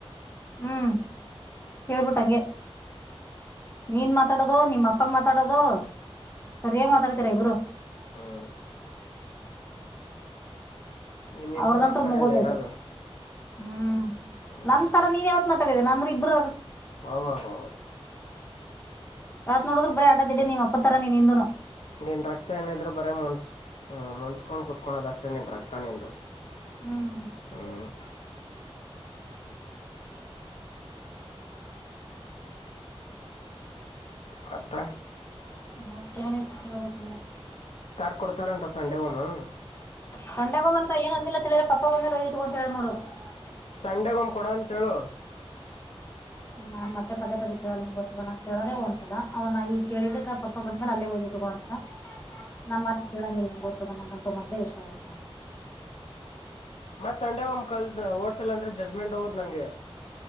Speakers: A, on the left; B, on the left.
A: ಹ್ಮ್ ಹೇಳ್ಬಿಟ್ಟಂಗೆ ನೀನ್ ಮಾತಾಡೋದು ನಿಮ್ಮಪ್ಪ ಮಾತಾಡೋದು ಸರಿಯಾಗಿ ಮಾತಾಡ್ತರ ಇಬರು. <unintelligible>
B: ಹ್ಮ್ ನಿಮ್ ಇಬ್ಬರ
A: ಅವ್ರದಂತ್ರ
B: ರಕ್ತಾನೆ
A: ಮುಗೋದ
B: ಅಲ್ಲ
A: ಹೊತ್ತ,
B: ಇರೋದು
A: <unintelligible> ಹ್ಮ್
B: ಹ್ಮ್
A: ನನ್ನತರ ನೀನ್ ಯಾವತ್ ಮಾತಾಡಿದೇನೆ ಅಂದ್ರೆ ಇಬ್ಬರು
B: ವಾವ್ ವಾವ್
A: ಯಾವತ್ ನೋಡ್ರು ಬರ ಆಡದಿಡಿ ನೀವ ಅಪ್ಪತ್ತರ ನೀನ್ ನಿಂದ್ನು
B: ನೀನ್ ರಕ್ತ ಏನಿದ್ರರು ಬರೇ ಮನ್ಸು ಹ್ಮ್ ಮುನ್ಸ್ಕೊಂಡ್ ಕುತ್ಕೋಳದಷ್ಟೇ ನಿನ್ನ ರಕ್ತ ನಿಂದು
A: ಹ್ಮ್
B: ಹ್ಮ್ ಮತ್ತೆ
A: <unintelligible> ಹೇಳ್ಬೇಕ್ ನೀನೆ
B: ಕಾರ್ ಕೊಡ್ತಾರ ಅಂತ್ ಸಂಡೆಗೆ ಒಮ್ಮ <unintelligible>
A: ಸಂಡೆಗೆ ಒಮ್ಮೆ ಅಂತ ಏನು ಅಂದಿಲ್ಲ ತಿಳಿಯ್ರ ಪಪ್ಪ ಬಂದ ಮೇಲೆ ಒಯ್ದಿಟ್ಟು ಅಂತ ಹೇಳಿದ್ ನೋಡು. <unintelligible>
B: ಸಂಡೆಗ ಒಮ್ ಕೊಡ ಅಂತ ಹೇಳು? <unintelligible>
A: ನಾ ಮತ್ತ ಪದೇ ಪದೇ ಕೇಳೋ ಗೊತ್ತದ ನಾ ಕೇಳೋದೇ ಒಂದ್ಸಲ ಅವ್ ನ ಈ ಕೇಳಿದಕ್ಕೆ ಪಪ್ಪ ಬಂದ ಮೇಲೆ ಅಲ್ಲೇ ಒಯ್ದ ಇಡ <unintelligible> ತೊಗೊ ಅಂತ ನಮ್ಮ ಮಾತ ಕೇಳಂಗ ಇಲ್ಲ ನಿಂಗ ಗೊತ್ತದ ನಂಗ ಅಂತು ಮೊದಲೇ ಇಷ್ಟ ಆಗಲ್ಲ? <unintelligible>
B: ಮತ್ತ ಸಂಡೆ ಒಮ್ ಕೇಳಸ ಓಡ್ಸಲ್ ಅಂದ್ರೆ ಜಜ್ಮೆಂಟ್ ಹೋಗುತ್ತ ನಂಗೆ, <unintelligible>